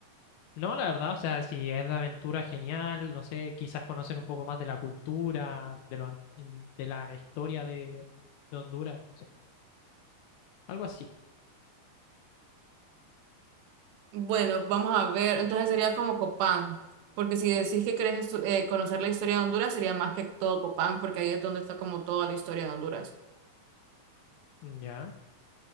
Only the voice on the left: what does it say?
No, la verdad, o sea, si es de aventura, genial, no sé, quizás conocer un poco más de la cultura, de lo, an- de la historia de, de Honduras, no sé, algo así.
Ya.